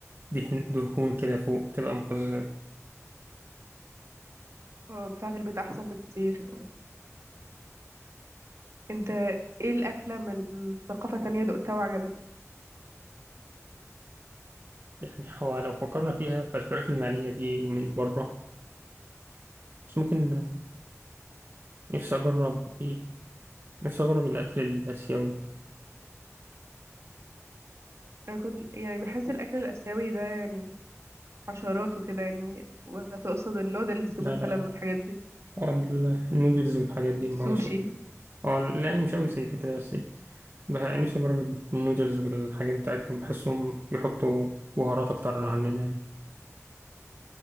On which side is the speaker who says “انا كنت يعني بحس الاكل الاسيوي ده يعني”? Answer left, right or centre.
Right